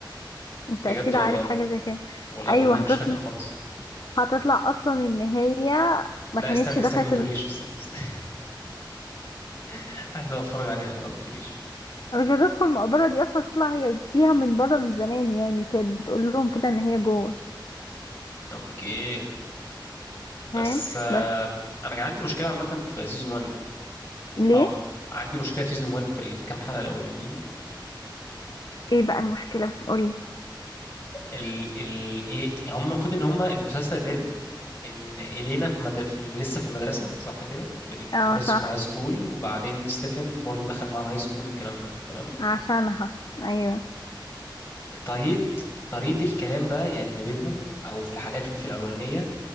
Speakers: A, on the left; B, on the left.
A: انت
B: بجد
A: اكيد
B: والله
A: عارف حاجة زي كده
B: ولا
A: ايوه
B: والله مش
A: هتطلع
B: فاكر خالص
A: هتطلع اصلا ان هي ما
B: لا
A: كانتش
B: استني استني
A: دخلت
B: ما تقوليش استني, استني. <laughs> عايز اتفرج عليها خلاص ما تقوليش
A: أنا مش عايزة ادخل المقبرة دي اصلا تطلع هي فيها من بره من زمان يعني كانت بتقول لهم كده ان هي جوه
B: اوكي
A: فاهم
B: بس آه،
A: ب-
B: انا كان عندي مشكله عامه في سيزون 1
A: ليه
B: او عندي مشكله في سيزون 1 في الكام حلقه الاولانيين
A: ايه بقى المشكلة قولي
B: ال ال ايه هم المفروض ان هم المسلسل بادئ ان الينا في, مد... في لسه في المدرسه صح كده في الهاي
A: اه صح
B: في هاي سكول وبعدين ستيفن برضو دخل مع الهاي سكول والكلام ده تمام
A: عشانها ايوه
B: طريقة طريقة الكلام بقى يعني ما بينهم أو في الحلقات اللي في الأولانية